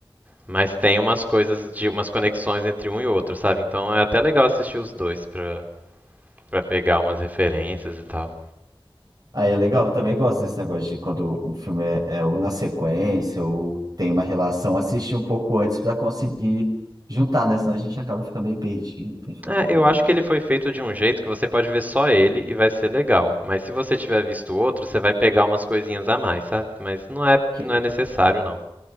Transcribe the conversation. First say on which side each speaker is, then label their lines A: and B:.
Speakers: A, on the right; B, on the right.
A: Mas tem umas coisas, de umas conexões entre um e outro, sabe? Então é até legal assistir os dois pra, pra pegar umas referências e tal.
B: aí é legal. Eu também gosto desse negócio de quando o filme é, é ou na sequência ou tem uma relação. Assistir um pouco antes para conseguir juntar, né? Senão a gente acaba ficando meio perdido, tem que ficar
A: É,
B: perguntando
A: eu acho que ele foi feito de um jeito que você pode ver só ele e vai ser legal. Mas se você tiver visto outro, você vai pegar umas coisinhas a mais, sabe? Mas não é,
B: o que
A: não
B: é.
A: é necessário, não.